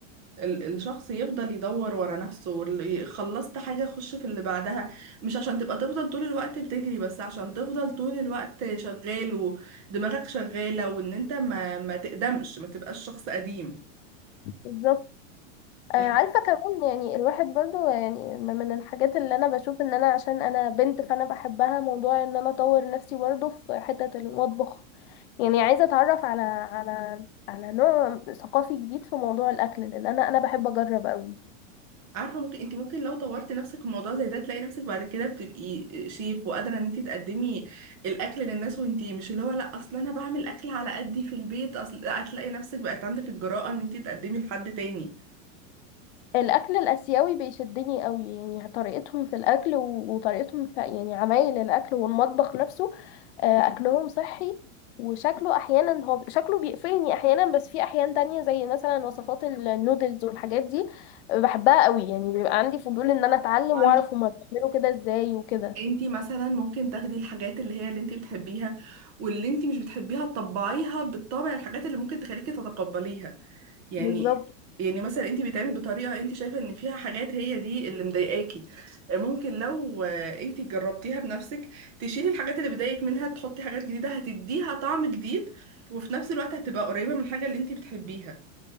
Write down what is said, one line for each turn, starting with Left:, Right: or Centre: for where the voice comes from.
Right: ال الشخص يفضل يدور ورا نفسه واللي- خلصت حاجة خش في اللي بعدها مش عشان تبقى تفضل طول الوقت بتجري بس عشان تفضل طول الوقت شغال ودماغك شغالة وان انت ما ما تقدمش ما تبقاش شخص قديم
Left: بالظبط آه،
Right: احنا
Left: عارفه كمان يعني الواحد برضو يعني م- من الحاجات اللي انا بشوف ان انا عشان انا بنت فانا بحبها موضوع ان انا اطور نفسي برضو في حته المطبخ يعني عايزه اتعرف على على على نوع ثقافي جديد في موضوع الاكل لان انا انا بحب اجرب قوي
Right: عارفة ممكن انت ممكن لو طورت نفسك في موضوع زي ده تلاقي نفسك بعد كده بتبقي شيف وقادرة ان انت تقدمي الاكل للناس وانت مش اللي هو لا اصل انا بعمل اكل على قدي في البيت اصل لا، هتلاقي نفسك بقت عندك الجرأة ان انت تقدمي لحد تاني
Left: الاكل الاسيوي بيشدني قوي يعني طريقتهم في الاكل و- وطريقتهم في يعني عمايل الاكل والمطبخ نفسه آه، اكلهم صحي وشكله احيانا هو شكله بيقفلني احيانا بس في احيان تانية زي مثلا وصفات النودلز والحاجات دي بحبها قوي يعني بيبقى عندي فضول ان انا اتعلم
Right: انت
Left: واعرف هما بيعملوا كده ازاي وكده
Right: انت مثلا ممكن تاخدي الحاجات اللي هي اللي انت بتحبيها واللي انت مش بتحبيها تطبعيها بالطبع الحاجات اللي ممكن تخليكي تتقبليها يعني
Left: بالظبط
Right: يعني مثلا انت بتعملي بطريقه انت شايفه ان فيها حاجات هي دي اللي مضايقاكي ممكن لو آه، انت جربتيها بنفسك تشيلي الحاجات اللي بتضايقك منها تحطي حاجات جديده هتديها طعم جديد وفي نفس الوقت هتبقى قريبه من الحاجه اللي انت بتحبيها